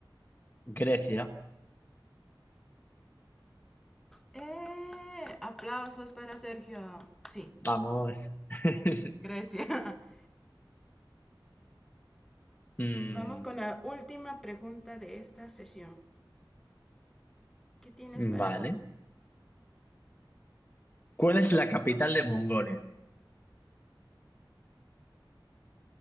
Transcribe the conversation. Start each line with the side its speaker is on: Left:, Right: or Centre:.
Left: Grecia,
Centre: ¡Eh! Aplausos para Sergio. Sí,
Left: vamos. <laughs>
Centre: Grecia. <laughs>
Left: Mm,
Centre: Vamos con la última pregunta de esta sesión. ¿Qué tienes
Left: vale.
Centre: para mí?
Left: ¿Cuál es la capital de Mongolia?